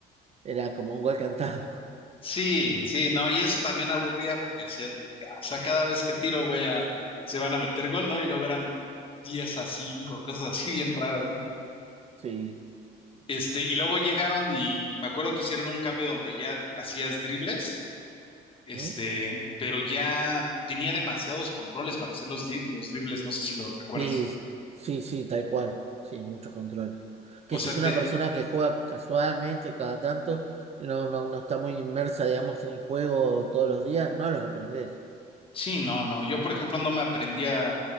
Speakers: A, on the right; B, on the left.
A: era como un gol cantado. <laughs>
B: sí, sí, no, y eso también aburría porque decías, "Ah, o sea, cada vez que tiro, voy a, se van a meter gol, ¿no? Y logran 10 a 5 cosas así <laughs> bien raras, ¿no?
A: Sí,
B: Este, y luego llegaron y me acuerdo que hicieron un cambio donde ya hacías dribles este,
A: ¿no?
B: pero ya tenía demasiados controles para hacer los, di- los dribles, no sé si lo recuerdas.
A: Sí, sí, sí, tal cual. Sí, muchos controles. Que
B: O
A: si
B: sea,
A: es una
B: te,
A: persona que juega casualmente cada tanto, y no, no, no está muy inmersa, digamos, en el juego todos los días, no los aprendés.
B: sí, no, no, yo por ejemplo no me aprendía